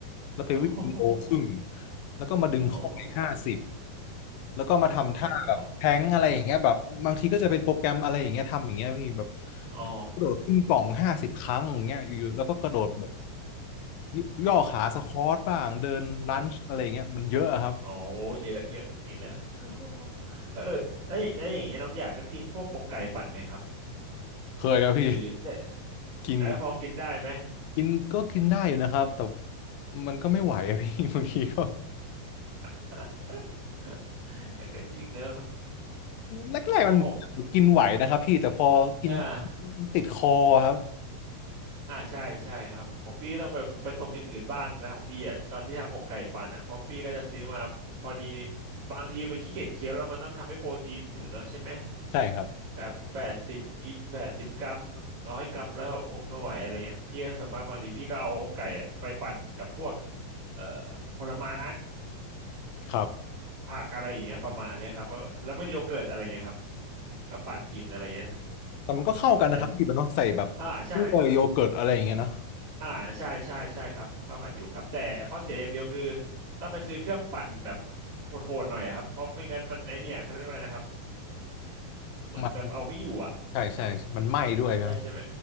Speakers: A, on the left; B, on the right.
A: แล้วไปวิ่งโลครึ่ง
B: <laughs> โอ้
A: แล้วก็มาดึงเข้าไปห้าสิบ
B: โห
A: แล้วก็มาทำท่าแบบแท้งอะไรอย่างเงี้ยแบบบางทีก็จะเป็นโปรแกรมอะไรอย่างเงี้ยทำอย่างเงี้ยพี่แบบ
B: โอ้โหอ๋อ
A: กระโดดขึ้นกล่องห้าสิบครั้งอย่างเงี้ยอยู่ๆแล้วก็กระโดดแบบยย่อขาสควอตบ้างเดินลันช์อะไรอย่างเงี้ยมันเยอะอะครับ
B: อ๋อโอ้เยอะเยอะจริงๆนะ <laughs> เออแล้วแล้วอย่างเงี้ยน้องอยากก็กินพวกอกไก่ปั่นไหมครับ
A: เคยครับพี่
B: หรือแล้ว
A: กิน
B: แล้วพอกินได้ไหม
A: กินก็กินได้อยู่นะครับแต่มันก็ไม่ไหวอะพี่ <laughs> บางทีก็
B: <laughs> แต่ <laughs> ก็จริงเนอะ
A: แรกๆมันเหมือนกินไหวนะครับพี่แต่พอกิน
B: เพราะผมอ่า
A: ติดคอครับ
B: อ่าใช่ใช่ครับของพี่ต้องไปไปสมอย่างอื่นบ้างนะของพี่อ่ะตอนที่ทำอกไก่ปั่นอ่ะเพราะพี่ก็จะซื้อมา พอดี บางทีมันขี้เกียจเคี้ยวแล้วมันต้องทำให้โปรตีนถึงเนอะใช่ไหม
A: ใช่ครับ
B: แบบแปดสิบกิแปดสิบกรัมร้อยกรัมแล้วโอ้ไม่ไหวอะไรเงี้ยพี่ก็ส่วนมากบางทีพี่ก็เอาอกไก่อะไปปั่นกับพวกเอ่อผลไม้
A: ครับ
B: ผักอะไรอย่างเงี้ยประมาณเนี้ยครับก็แล้วก็โยเกิร์ตอะไรเงี้ยครับก็ปั่นกินอะไรเงี้ย
A: แต่มันก็เข้ากันนะครับพี่แบบเนาะใส่แบบกล้วยโยเกิร์ตอะไรอย่างเงี้ยเนาะ
B: แต่อ่าใช่อ่าใช่ใช่ใช่ครับเข้ากันอยู่ครับแต่ข้อเสียอย่างเดียวคือต้องไปซื้อเครื่องปั่นแบบโหดๆหน่อยอะครับเพราะไม่งั้นมันไอเนี่ยเขาเรียกว่าอะไรนะครับเหมือนแบบเอาไม่อยู่อ่ะ
A: มันใช่ใช่มันไหม้ด้วยครับ
B: ใช่ใช่ไหม